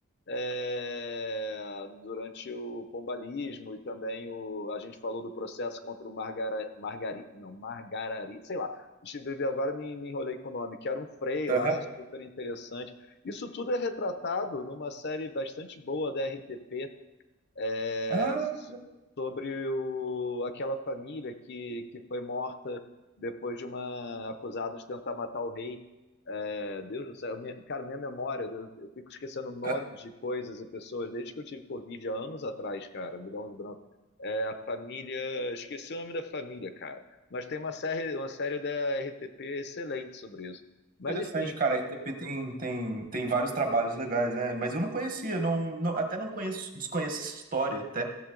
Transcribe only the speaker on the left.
é, durante o pombalismo e também o, a gente falou do processo contra o Margara, Margari, não, Margarari, sei lá. Agora me, me enrolei com o nome, que era um Frei
lá, super interessante. Isso tudo é retratado numa série bastante boa da RTP, é,
sobre o, aquela família que, que foi morta depois de uma acusada de tentar matar o rei. É, Deus do céu, minha- cara, minha memória, eu, eu fico esquecendo nomes
de coisas e pessoas desde que eu tive Covid há anos atrás, cara, me dá uns brancos. É, a família, esqueci o nome da família, cara, mas tem uma série, uma série da RTP excelente sobre isso. Mas
enfim,